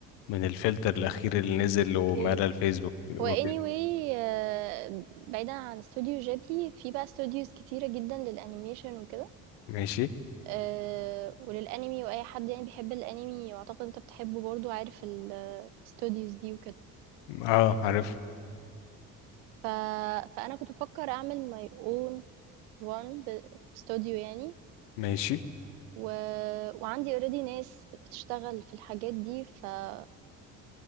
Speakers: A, on the left; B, on the right.
A: من الفلتر الأخير اللي نزل ومال
B: اوكي
A: الفيسبوك وكده
B: هو anyway آه، بعيدا عن استوديو جيبلي في بقى استوديوز كتيرة جدا للانيميشن وكده
A: ماشي
B: آآ وللأنمي وأي حد يعني بيحب الأنمي وأعتقد أنت بتحبه برضه عارف ال الstudios دي وكده،
A: اه عارف
B: ف فأنا كنت بافكّر أعمل my own one ب studio يعني
A: ماشي
B: و وعندي already ناس بتشتغل في الحاجات دي، فافكّر